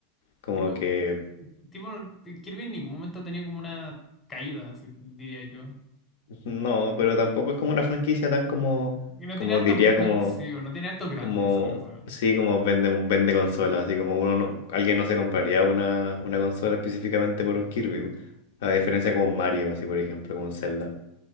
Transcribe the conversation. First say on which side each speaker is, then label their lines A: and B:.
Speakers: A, on the left; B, on the left.
A: Como
B: Tipo,
A: que
B: tipo, eh, Kirby en ningún momento ha tenido como una caída, así diría yo.
A: No, pero tampoco es como una franquicia tan como,
B: Y no
A: como
B: tiene altos,
A: diría,
B: no,
A: como,
B: sí, bueno, no tiene altos grandes,
A: como,
B: esa es la cosa.
A: sí, como vende, vende consolas, así como uno no- alguien no se compraría una, una consola específicamente por un Kirby, a diferencia como un Mario, así por ejemplo, como un Zelda.